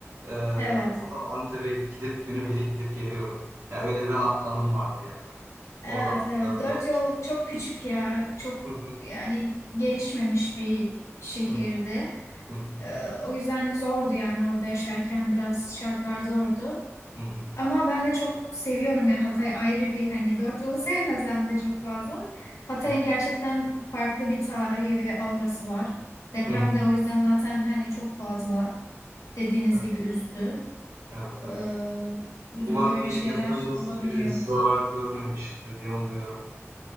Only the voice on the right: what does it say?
E,
oradan Antep'e gidip günübirlik gidip geliyordum. Yani öyle bir a- anım vardı yani.
Oradan
dört
yol.
Hı hı.
Hı hı.
Hı hı.
Hı hı.
Hı hı. hı.
Evet,
evet, evet.
Umarım bir
yakınınız
biri zarar görmemiştir diye umuyorum.